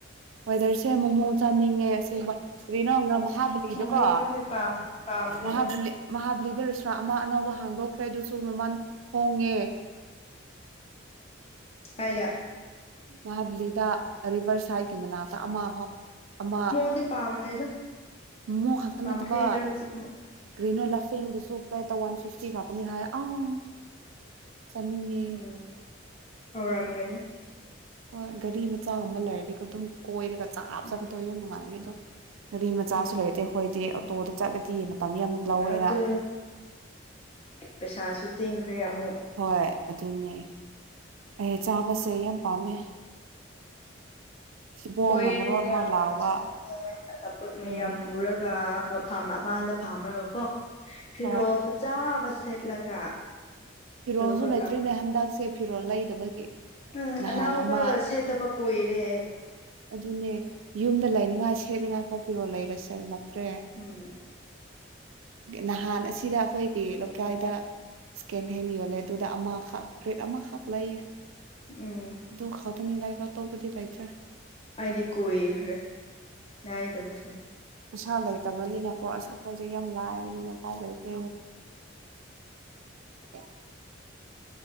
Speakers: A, on the right; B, on the left.
A: ꯋꯦꯗꯥꯔꯁꯦ ꯃꯣꯃꯣ ꯆꯥꯅꯤꯡꯉꯦ ꯑꯁꯦꯡꯕ ꯀꯔꯤꯅꯣ ꯃꯍꯥꯕꯂꯤꯗꯀꯣ
B: ꯃꯣꯃꯣꯁꯦ ꯄꯥꯝ ꯄꯥꯝꯗ꯭ꯔꯦ
A: ꯃꯍꯥꯂꯤ ꯃꯍꯥꯕꯂꯤꯗ ꯑꯃ ꯑꯅꯧꯕ ꯍꯥꯡꯗꯣꯛꯈ꯭ꯔꯦ ꯑꯗꯨꯁꯨ ꯃꯃꯜ ꯍꯣꯡꯉꯦ
B: ꯀꯥꯢꯗ
A: ꯃꯍꯥꯕꯂꯤꯗ ꯔꯤꯚꯔ ꯁꯥꯏꯠꯀꯤ ꯃꯅꯥꯛꯇ ꯑꯃ ꯑꯃ
B: ꯗꯤ ꯄꯥꯝꯗꯦꯗ
A: ꯃꯣꯃꯣ ꯈꯛꯇ
B: ꯄꯥꯝꯈꯤꯗ꯭ꯔꯦ
A: ꯅꯠꯇꯕ
B: ꯍꯧꯖꯤꯛ
A: ꯒ꯭ꯔꯤꯅꯣ ꯂꯐꯤꯡꯗꯨꯁꯨ ꯄ꯭ꯂꯦꯠꯇ ꯋꯥꯟ ꯐꯤꯐꯇꯤ ꯈꯥꯛꯇꯅꯤ ꯍꯥꯏꯌꯦ ꯑꯥ ꯆꯅꯤꯡꯉꯦ
B: ꯎꯝ ꯍꯧꯔꯝꯒꯅꯤ
A: ꯍꯣꯏ ꯒꯥꯔꯤ ꯃꯆꯥꯒꯨꯝꯕ ꯂꯩꯔꯗꯤꯀꯣ ꯑꯗꯨꯝ ꯀꯣꯏꯔꯒ ꯆꯥꯞ
B: ꯎꯝ
A: ꯆꯥꯕꯗꯣ ꯌꯥꯝ ꯅꯨꯡꯉꯥꯏꯅꯤ ꯑꯗꯣ ꯒꯥꯔꯤ ꯃꯆꯥꯁꯨ
B: ꯎꯝ
A: ꯂꯩꯇꯦ ꯑꯩꯈꯣꯏꯗꯤ ꯑꯣꯇꯣꯗ ꯆꯠꯂꯗꯤ ꯃꯇꯝ ꯌꯥꯝ ꯂꯧꯋꯦꯅ
B: ꯑꯗꯨ ꯄꯩꯁꯥꯁꯨ ꯇꯦꯡꯈ꯭ꯔꯦ ꯑꯃꯨꯛ
A: ꯍꯣꯏ ꯑꯗꯨꯅꯦ ꯑꯦ ꯆꯥꯕꯁꯦ ꯌꯥꯝ ꯄꯥꯝꯃꯦ ꯊꯤꯕꯣꯡꯅ
B: ꯀꯣꯏꯔꯒ
A: ꯃꯔꯣꯟ ꯑꯃ ꯂꯥꯎꯕ
B: ꯆꯠꯅꯤꯡꯉꯦ ꯑꯆꯥꯄꯣꯠ ꯃꯌꯥꯝ
A: ꯎꯝ
B: ꯄꯨꯔꯒ ꯃꯐꯝ ꯑꯃꯗ ꯐꯥꯝꯃꯒ ꯀꯣ ꯐꯤꯔꯣꯜ
A: ꯍꯣꯏ
B: ꯐꯖꯕ ꯁꯦꯠꯂꯒ
A: ꯐꯤꯔꯣꯜꯁꯨ
B: ꯑꯗꯨꯒ
A: ꯂꯩꯇ꯭ꯔꯤꯅꯦ ꯍꯟꯗꯛꯁꯦ ꯐꯤꯔꯣꯜ ꯂꯩꯗꯕꯒꯤ
B: ꯑ
A: ꯅꯍꯥꯟ
B: ꯑꯅꯥꯎꯕ
A: ꯑꯃ
B: ꯁꯦꯠꯇꯕ ꯀꯨꯏꯔꯦ
A: ꯑꯗꯨꯅꯦ ꯌꯨꯝꯗ ꯂꯩꯅꯤꯡꯉꯥꯏ ꯁꯦꯠꯅꯤꯉꯥꯏ ꯐꯥꯎꯕ ꯐꯤꯔꯣꯜ ꯂꯩꯁꯤꯜꯂꯛꯇ꯭ꯔꯦ
B: ꯎꯝ
A: ꯅꯍꯥꯟ ꯑꯁꯤꯗ ꯑꯩꯈꯣꯏꯒꯤ ꯂꯩꯀꯥꯏꯗ ꯏꯁꯀꯦꯟ ꯍꯦꯟ ꯌꯣꯜꯂꯦ ꯑꯗꯨꯗ ꯑꯃꯈꯛ ꯐꯨꯔꯤꯠ ꯑꯃꯈꯛ ꯂꯩꯌꯦ
B: ꯎꯝ
A: ꯑꯗꯨ ꯈꯛꯇꯅꯤ ꯂꯩꯕ ꯑꯇꯣꯞꯄꯗꯤ ꯂꯩꯇ꯭ꯔꯦ
B: ꯑꯩꯗꯤ ꯀꯨꯏꯈ꯭ꯔꯦ ꯂꯩꯗꯕꯁꯦ
A: ꯄꯩꯁꯥ ꯂꯩꯇꯕꯅꯤꯅꯀꯣ ꯑꯁ ꯑꯩꯈꯣꯏꯁꯦ ꯌꯥꯝ ꯂꯥꯏꯕꯅꯤꯅ ꯎꯄꯥꯏꯂꯩꯇꯦ <unintelligible>